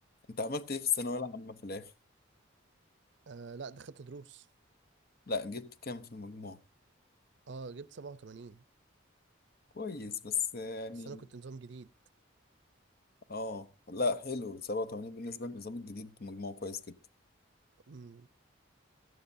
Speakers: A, on the left; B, on the right.
A: انت عملت ايه في الثانوية العامة في الآخر؟
B: آه لا ده خدت دروس
A: لا جبت كام في المجموع؟
B: اه جبت 87
A: كويس بس يعني
B: بس انا كنت نظام جديد
A: اه لا حلو 87 بالنسبة للنظام الجديد مجموع كويس جدا
B: مم.